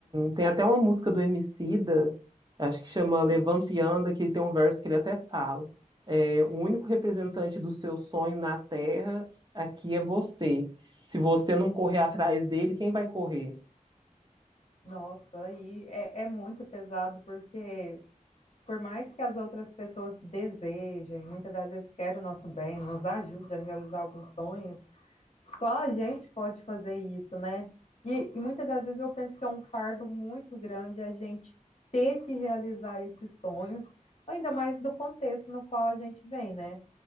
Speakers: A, on the right; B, on the left.
A: tem até uma música do Emicida, acho que chama Levante e Anda, que tem um verso que ele até fala. É, o único representante do seu sonho na Terra aqui é você. Se você não correr atrás dele, quem vai correr?
B: Nossa, e é, é muito pesado porque por mais que as outras pessoas desejem, muitas das vezes querem o nosso bem, nos ajude a realizar alguns sonhos, só a gente pode fazer isso, né? E, e muitas das vezes eu penso que é um fardo muito grande a gente ter que realizar esses sonhos, ainda mais do contexto no qual a gente vem, né?